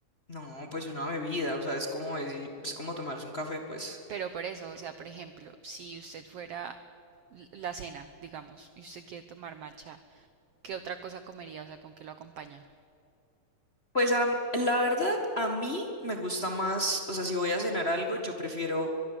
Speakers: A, on the left; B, on the right.
A: no, pues una bebida, o sea, es como decir, es como tomarse un café, pues.
B: Pero por eso, o sea, por ejemplo, si usted fuera l- la cena, digamos, y usted quiere tomar matcha, ¿qué otra cosa comería? O sea, ¿con qué lo acompaña?
A: Pues am- la verdad, a mí me gusta más, o sea, si voy a cenar algo, yo prefiero